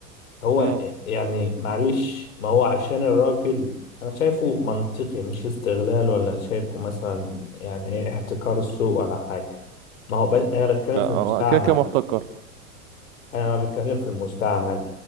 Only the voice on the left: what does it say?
هو
يعني معلش ما هو عشان الراجل انا شايفه منطقي مش استغلال ولا شايفه مثلا يعني ايه احتكار السوق ولا حاجة ما هو ب... انا بتكلم
في المستعمل
انا بتكلم في المستعمل